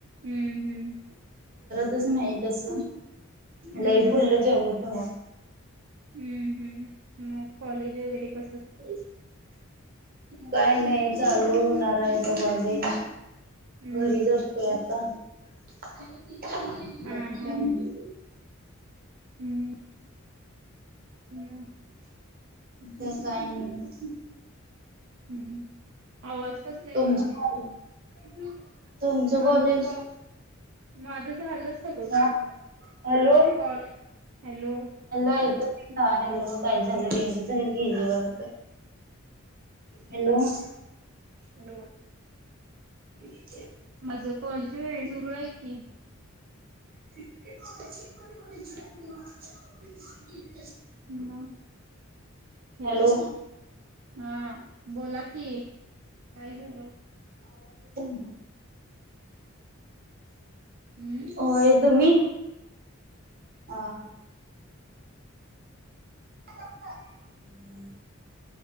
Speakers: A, on the right; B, on the right.
A: हम्म, हम्म.
B: तसं नाही तस
A: हम्म
B: लई फुल्लं
A: हम्म
B: जेवलो की मग.
A: हम्म, हम्म मग कॉलेज वगैरे कस
B: <inaudible> काय नाही चालू करायच कॉलेज
A: हम्म
B: घरीच
A: हम्म
B: असतो आता. <unintelligible> बाकी
A: हा, हा,
B: काय नाही.
A: हम्म. हम्म
B: <inaudible> काय नाही.
A: हम्म्, हम्म आवाज कसला
B: तुमचं
A: यायलाय.
B: कॉलेज <inaudible> कॉलेज
A: आमचं पण माझ झालं सगळं
B: हा
A: पूर्ण
B: हॅलो
A: कॉलिंग हॅलो
B: काय हॅलो काय झालं? रेंज गेली वाटत हॅलो -
A: हॅलो
B: <inaudible>
A: माझ कॉलेज होय, सुरू आहे की?
B: <inaudible>
A: हॅलो---हॅलो
B: हॅलो
A: हा बोला कि, काय झालं?
B: हम्
A: हम्म
B: होय. <inaudible> हा हा <inaudible>